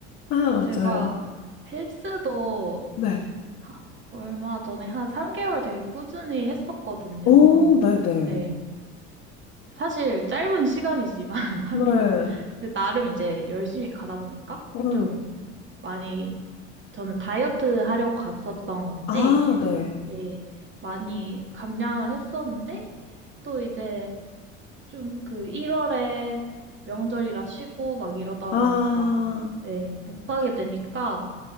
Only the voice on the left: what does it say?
아,
맞아요.
네.
오, 네네. 네.
네.
음.
아, 네.
아.